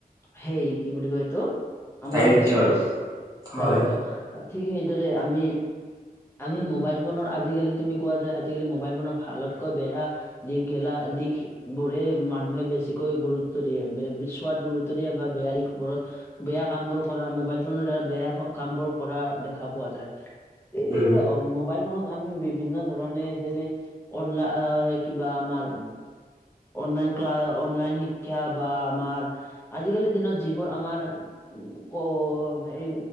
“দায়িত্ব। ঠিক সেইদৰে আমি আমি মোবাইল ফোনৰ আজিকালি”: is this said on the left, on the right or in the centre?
Left